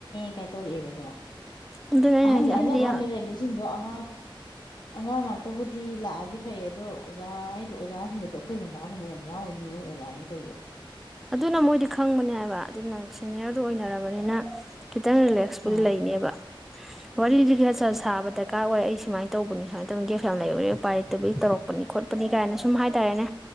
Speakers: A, on the left; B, in the centre.
A: ꯀꯥꯏ ꯇꯧꯔꯛꯑꯦꯕꯀꯣ
B: ꯑꯗꯨꯅ ꯑꯩꯅ
A: ꯑꯍꯟ
B: ꯍꯥꯏꯁꯦ ꯑꯍꯟꯗꯤ
A: ꯍꯥꯏꯅ ꯋꯥꯠꯅꯤꯔꯅꯤꯁꯤꯡꯗꯣ
B: ꯌꯥꯝ
A: ꯑꯉꯥꯡ ꯑꯉꯥꯡ ꯉꯥꯛꯇꯕꯨꯗꯤ ꯂꯥꯛꯑꯗꯤ ꯐꯩ ꯑꯗꯣ ꯑꯣꯖꯥ ꯍꯥꯏꯗꯣ ꯑꯣꯖꯥꯁꯤꯡꯗꯣ ꯑꯩꯈꯣꯏ ꯂꯦꯡꯒꯥꯒꯨꯝꯕ ꯌꯥꯝ ꯌꯥꯎꯋ ꯃꯤ ꯃꯣꯏ ꯑꯣꯖꯥꯅꯦꯅ ꯇꯧꯔꯤꯗꯣ
B: ꯑꯗꯨꯅ ꯃꯣꯏꯗꯤ ꯈꯪꯕꯅꯦ ꯍꯥꯏꯕ ꯑꯗꯨꯅ ꯁꯦꯅꯤꯌꯔꯗꯨ ꯑꯣꯏꯅꯔꯕꯅꯤꯅ ꯈꯤꯇꯪ ꯔꯤꯂꯦꯛꯁꯄꯨꯗꯤ
A: ꯑꯥ
B: ꯂꯩꯅꯦꯕ ꯋꯥꯔꯤ ꯂꯤ ꯈ ꯁꯥꯔ ꯁꯥꯕ ꯗꯔꯀꯥꯔ ꯑꯣꯏ ꯑꯩ ꯁꯨꯃꯥꯏꯅ ꯇꯧꯕꯅꯤ ꯁꯨꯃꯥꯏꯅ ꯇꯧꯅꯤ ꯒꯦꯁ ꯌꯥꯝ ꯂꯩꯕꯔꯦ ꯎꯄꯥꯏ ꯂꯩꯇꯕꯒꯤ ꯇꯧꯔꯛꯄꯅꯤ ꯈꯣꯠꯄꯅꯤ ꯀꯥꯏꯅ ꯁꯨꯝ ꯍꯥꯏꯇꯥꯔꯦꯅꯦ